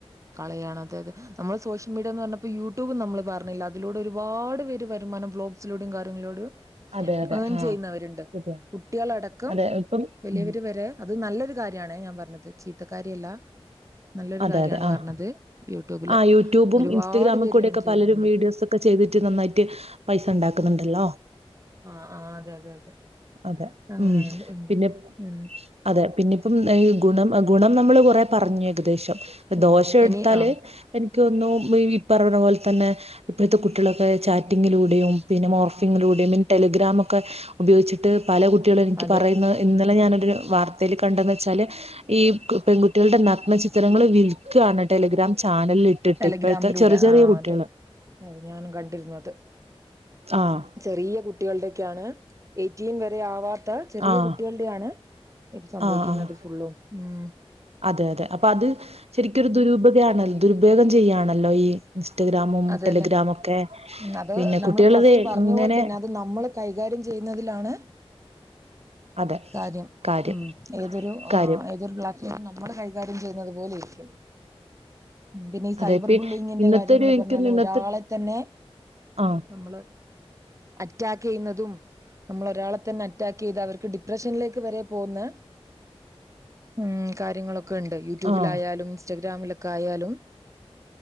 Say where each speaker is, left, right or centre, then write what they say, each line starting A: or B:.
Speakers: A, on the right (about 30°); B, on the right (about 80°).
A: കളയാണ അതെ അതെ നമ്മള് സോഷ്യൽ മീഡിയ എന്ന് പറഞ്ഞപ്പോ യൂട്യൂബ നമ്മള് പറഞ്ഞില്ല അതിലൂടെ ഒരുപാട് പേര് വരുമാനം ബ്ലോഗ് ബസിലൂടെയും കാര്ങ്ങളിലൂടെയും
B: അതെ അതെ
A: ഏൺ
B: ആഹ്
A: ചെയ്യുന്നവരുണ്ട്
B: ശരിയാ
A: കുട്ടികളടക്കം
B: അതെ ഇപ്പം
A: വലിയവര്
B: ഉം
A: വരെ അത് നല്ലൊരു കാര്യമാണേ ഞാൻ പറഞ്ഞത് ചീത്തക്കാരിയല്ല നല്ലൊരു
B: അതെ
A: കാര്യമാണ്
B: അതെ ആഹ്
A: പറഞ്ഞത് യൂട്യൂബില്
B: ആഹ് യൂട്യൂബും
A: ഒരുപാട്
B: ഇൻസ്റ്റഗ്രാമിൽ
A: പേര്
B: കൂടെയൊക്കെ
A: ഏൺ ചെയ്യുന്നുണ്ട്
B: പലരും വീഡിയോസ് ഒക്കെ ചെയ്തിട്ട് നന്നായിട്ട് പൈസ ഉണ്ടാക്കുന്നുണ്ടല്ലോ
A: ആഹ് ആഹ് അതെ അതെ
B: അതെ
A: അങ്ങനെയ
B: ഉം
A: ഉണ്ട്
B: പിന്നെ
A: ഉം
B: അതെ പിന്നെപ്പം ഗുണം ഗുണം നമ്മള് കുറെ പറഞ്ഞു ഏകദേശം
A: ആഹ്
B: ദോഷം എടുത്താല്
A: ഇനി ആഹ്
B: എനിക്ക് തോന്നുന്നു ഈ പറഞ്ഞ പോലെ തന്നെ ഇപ്പോഴത്തെ കുട്ടികളൊക്കെ ചാറ്റിങ്ങിലൂടെയും പിന്നെ മോർഫിങ്ങിലൂടെയും പിന്നെ ടെലിഗ്രാം ഒക്കെ ഉപയോഗിച്ചിട്ട് പല കുട്ടികളും എനിക്ക്
A: അതെ
B: പറയുന്നത് ഇന്നലെ ഞാനൊരു വാർത്തയിൽ കണ്ടെന്ന് വെച്ചാൽ ഈ പെൺകുട്ടികളുടെ നഗ്ന ചിത്രങ്ങൾ വിൽക്കുകയാണ് ടെലിഗ്രാം ചാനലിൽ ഇട്ടിട്ട്
A: ടെലിഗ്രാമിലൂടെ
B: ഇപ്പോഴത്തെ ചെറിയ ചെറിയ
A: ആഹ്
B: കുട്ടികള്
A: അതെ ഞാനും കണ്ടിരുന്നു അത്
B: ആഹ്
A: ചെറിയ കുട്ടികളുടെയൊക്കെയാണ് എയ്റ്റീൻ വരെ ആവാത്ത ചെറിയ
B: ആഹ്
A: കുട്ടികളുടെയാണ് ഇത് സംഭവിക്കുന്നത്
B: ആഹ് ആഹ്
A: ഫുള്ളും ഉം
B: അതെ അതെ അപ്പൊ അത് ശരിക്കരു ദുരുപകയാണല്ലോ ദുരുപയോഗം ചെയ്യുകയാണല്ലോ ഈ ഇൻസ്റ്റഗ്രാമും
A: അതന്നെ
B: ടെലിഗ്രാമ ഒക്കെ
A: ഉം അത്
B: പിന്നെ
A: നമ്മള്
B: കുട്ടികൾത്
A: ഫസ്റ്റ് പറഞ്ഞ
B: ഇങ്ങനെ
A: പോലെ തന്നെ അത് നമ്മള് കൈകാര്യം ചെയ്യുന്നതിലാണ്
B: അതെ
A: കാര്യം
B: കാര്യം
A: ഉം ഏതൊരു
B: കാര്യം
A: ഏതൊരു ബ്ലാക്ക് നമ്മള് കൈകാര്യം ചെയ്യുന്നത് പോലെ ഇരിക്കും ഉം പിന്നെ ഈ സൈബർ
B: അതെ ഇപ്പ
A: ബുള്ളിങ്ങിന്റെ
B: ഇന്നത്തെ
A: കാര്യങ്ങൾ
B: ഒരു എനിക്കൊന്ന്
A: പറഞ്ഞാലും
B: ഇന്നത്തെ
A: ഒരാളെ തന്നെ
B: ആഹ്
A: നമ്മള് അറ്റാക്ക് ചെയ്യുന്നതും നമ്മൾ ഒരാളെ തന്നെ അറ്റാക്ക് ചെയ്ത് അവർക്ക് ഡി ഡിപ്രഷനിലേക്ക് വരെ പോകുന്ന ഉം കാര്യങ്ങളൊക്കെ ഉണ്ട് യൂട്യൂബിലായാലും
B: ആഹ്
A: ഇൻസ്റ്റഗ്രാമിലൊക്കെ ആയാലും